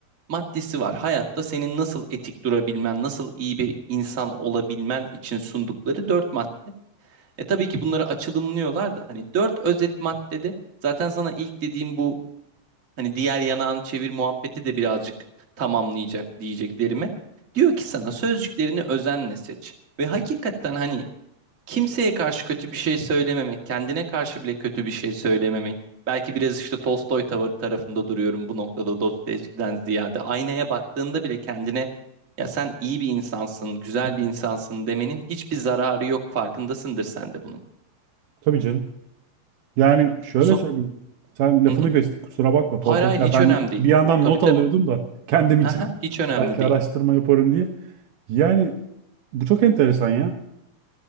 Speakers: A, on the right; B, on the right.
A: maddesi var. Hayatta senin nasıl etik durabilmen, nasıl iyi bir insan olabilmen için sundukları dört madde. E tabii ki bunları açılımlıyorlar da hani dört özet maddede zaten sana ilk dediğim bu hani diğer yanağını çevir muhabbeti de birazcık tamamlayacak diyeceklerime. Diyor ki sana sözcüklerini özenle seç. Ve hakikaten hani kimseye karşı kötü bir şey söylememek, kendine karşı bile kötü bir şey söylememek. Belki biraz işte Tolstoy tavır tarafında duruyorum bu noktada Dostoyevski'den ziyade. Aynaya baktığında bile kendine ya sen iyi bir insansın, güzel
B: Hı
A: bir
B: hı.
A: insansın demenin hiçbir zararı yok. Farkındasındır sen de bunun.
B: Tabii canım. Yani şöyle
A: So
B: söyleyeyim. Sen lafını
A: hı hı.
B: göster. Kusura bakma
A: Hayır
B: Toltekler.
A: hayır hiç
B: Ben
A: önemli değil.
B: bir yandan
A: Tabii
B: not
A: tabii.
B: alıyordum da kendim
A: Hı
B: için
A: hı, hiç önemli
B: belki
A: değil.
B: araştırma yaparım diye. Yani bu çok enteresan ya.